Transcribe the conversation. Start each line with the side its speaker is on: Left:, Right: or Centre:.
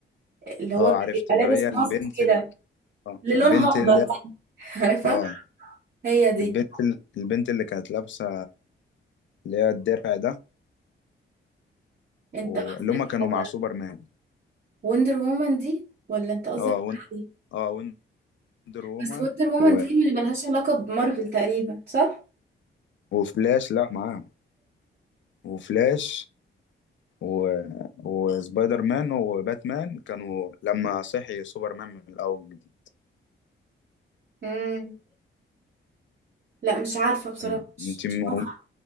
Right: اللي هو
Left: آه،
Right: كان
Left: عرفت
Right: بيبقى
Left: اللي
Right: لابس
Left: هي
Right: ماسك
Left: البنت
Right: كده
Left: ال... اه
Right: اللي
Left: البنت
Right: لونها اخضر
Left: اللي
Right: دي <laughs> عارفه
Left: اه
Right: هي دي
Left: البنت ال... البنت اللي كانت لابسة اللي هي الدرع ده
Right: انت
Left: واللي
Right: قصدك
Left: هما كانوا
Right: على
Left: مع سوبرمان
Right: وندر وومن دي ولا انت قصدك
Left: اه ون...
Right: على دي
Left: اه وندر وومن
Right: بس وندر وومن
Left: و...
Right: دي اللي ملهاش علاقه بمارفل تقريبا صح
Left: وفلاش لا معاهم وفلاش و... وسبايدر مان وباتمان كانوا لما صحي سوبرمان من الأول جديد
Right: امم لا مش عارفه بصراحه
Left: م.
Right: مش
Left: انت م...
Right: مش عارفة.